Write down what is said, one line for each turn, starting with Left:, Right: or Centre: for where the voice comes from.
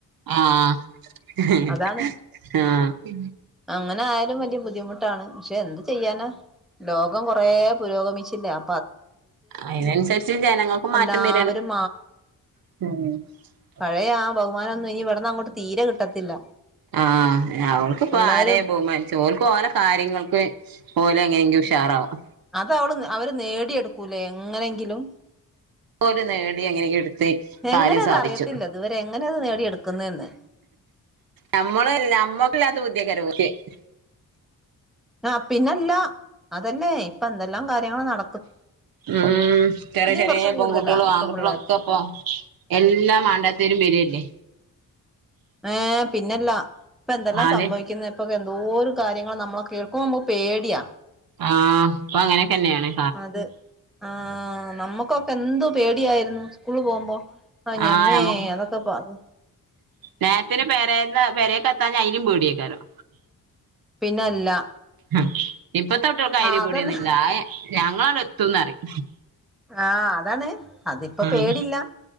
Right: ആഹ്
Centre: അതാണ്
Right: ആഹ്
Centre: അങ്ങനെ ആയാലും വല്ല്യ ബുദ്ധിമുട്ടാണ്, പക്ഷെ എന്ത് ചെയ്യാനാ? ലോകം കൊറേ പുരോഗമിച്ചില്ലേ അ
Right: അയ്നൻസരിച്ച് ജനങ്ങക്കും
Centre: എല്ലാവരും
Right: മാറ്റം വരാണ് <inaudible>
Centre: പഴയാ ആ ബഹുമാനം ഒന്നും ഇനി ഇവിടന്ന് അങ്ങോട്ട് തീരെ കിട്ടത്തില്ല.
Right: ആ അവൾക്ക്പ്പോ
Centre: പിള്ളേരും
Right: ആരെ ബഹുമാനിച്ച് ഓൽക്ക് ഓലെ കാര്യങ്ങൾക്ക് പോലെ എങ്ങനെങ്കിലും ഉഷാറാവും
Centre: അതവള് അവര് നേടിയെടുക്കൂലെ എങ്ങനെങ്കിലും
Right: ഓര് നേടി എങ്ങനെങ്കി ഇട്ത്ത്
Centre: എങ്ങനെ
Right: കാര്യം
Centre: അത്
Right: സാധിച്ചു.
Centre: അറിയത്തില്ല ഇതുവരെ എങ്ങനെ അത് നേടിയെടുക്കുന്നന്ന്
Right: നമ്മള്ല്ല നമ്മക്ക്ല്ലാത്ത ബുദ്ധിയ <unintelligible>
Centre: ആഹാ പിന്നല്ല അതന്നേ ഇപ്പാന്തെല്ലാം കാര്യങ്ങളാ നട
Right: ഉം ചെറെ ചെറെ
Centre: കുറച്ച് കൂടുതലാ
Right: പെൺകുട്ടോളും
Centre: ഇപ്പൊ
Right: ആൺകുട്ടിളൊക്കെ
Centre: പിള്ളേർക്ക്
Right: ഇപ്പൊ എല്ലാ മാണ്ടാത്തേരും വര്ല്ലേ.
Centre: ഏ പിന്നെല്ലാ ഇപ്പാ എന്തെല്ലാ
Right: ആദ്യം
Centre: സംഭവിക്ക്ന്ന് ഇപ്പൊക്കെ എന്തോരം കാര്യങ്ങള നമ്മളൊ കേൾക്കുമ്പോ നമ്മക്ക് പേടിയാ
Right: ആഹ് ഇപ്പാ അങ്ങനെക്കെന്നെയാണ്.
Centre: അത് ആഹ് നമ്മുക്കൊക്കെ എന്ത് പേടിയായിരുന്നു? സ്കൂള് പോകുമ്പോ അഞമ്മേ
Right: ആഹ് നമുക്ക്
Centre: അതൊക്കെ പറ്
Right: നേരത്തിന് പേരെന്ന്‌ പെരെക്ക്ത്താന്ന് അയ്ലും പേടിയായ്ക്കാരം
Centre: പിന്നല്ലാ
Right: ഹാ ഇപ്പത്തെ കുട്ട്യോൾക്ക് അയ്ല്
Centre: അതന്നെ
Right: പേടിയൊന്നുല്ലാ ഞങ്ങളണ്ട് എത്തുംന്നറിം
Centre: ആഹ് അതാണ് അതിപ്പാ
Right: ഉം
Centre: പേടില്ല.